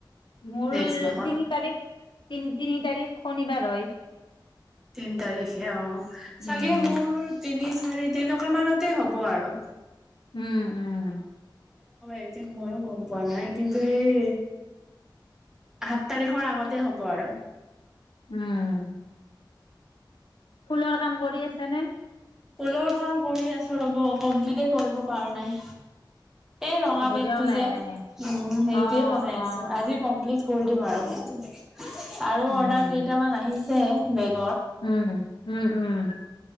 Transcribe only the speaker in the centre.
নেক্সট মাহত
তিনি তাৰিখে অ
চাগে মোৰ তিনি চাৰি তেনেকোৱা মানতে হ'ব আৰু
একজেক্ মইও গম পোৱা নাই কিন্তু সেই সাত তাৰিখৰ আগতে হ'ব আৰু <unintelligible>
লৰ কাম কৰি আছো ৰ'ব কমপ্লিতে কৰিব পাৰ নাই এই ৰঙা
বেগটো
যে উ
সেইটোৱেই
বনাই আছো
আজি কমপ্লিট কৰি দিম আৰু সেইটো আৰু
অৰ্ডাৰ কেইটামান আহি যে বেগ